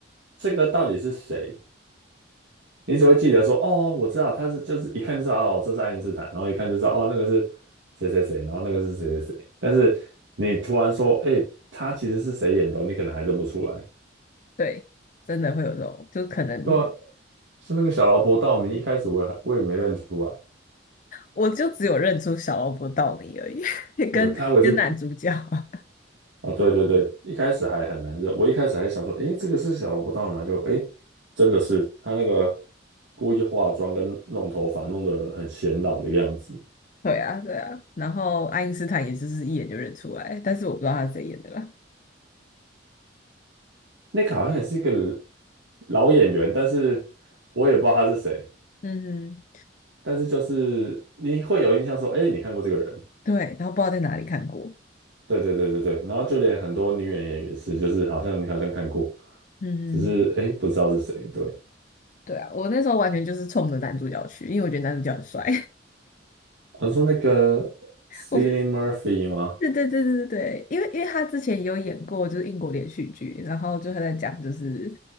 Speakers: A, on the right (about 80°); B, on the left (about 40°).
A: 这个到底是谁？你只会记得说，哦，我知道他是，就是一看就知道，哦，这是爱因斯坦，然后一看就知道，哦，那个是谁谁谁，然后那个是谁谁谁。但是你突然说，哎，他其实是谁演的哦你可能还认不出来。
B: 对，真的会有这种，就可能
A: 对啊，是那个小劳勃道你一开始我也还我也没认出来，
B: 我就只有认出小劳勃道尼而已，<laughs>
A: 对，
B: 跟跟男主角。
A: 他我也是看，
B: <laughs>
A: 哦，对对对，一开始还很难认，我一开始还想说，哎，这个是小劳勃道尼吗？就哎，诶真的是他那个故意化妆跟弄头发弄得很显老的样子。
B: 对啊，对啊，然后爱因斯坦也就是一眼就认出来，但是我不知道他是谁演的啦。
A: 那个好像也是一个老演员，但是我也不知道他是谁。
B: 嗯哼，
A: 但是就是你会有印象说，哎，你看过这个人？
B: 对，然后不知道在哪里看过。
A: 对对对对对。然后就连很多女演员也是，就是好像你好像看过，
B: 嗯哼。
A: 只是哎不知道是谁。对，
B: 对啊，我那时候完全就是冲着男主角去，因为我觉得男主角很帅。
A: 好像说那个 Cillian
B: <laughs> 我不，
A: Murphy 吗？
B: 对对对对对对，因为因为他之前也有演过就是英国连续剧，然后就他在讲就是